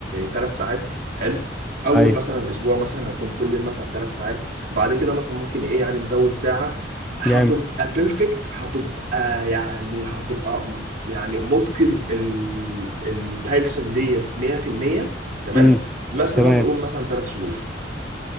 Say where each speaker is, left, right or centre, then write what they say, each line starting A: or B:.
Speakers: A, on the right; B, in the centre.
A: ثلاث ساعات حلو اول
B: ايوه
A: مثلا اسبوع مثلا هكون كل يوم مثلا ثلاث ساعات بعد كده مثلا ممكن ايه يعني نزود ساعة هتبقى
B: جامد
A: بيرفكت هتبقى يعني هتبقى م- يعني متقن ال- البايثون ديت 100% تمام
B: امم
A: مثلا
B: تمام
A: نقول مثلا ثلاث شهور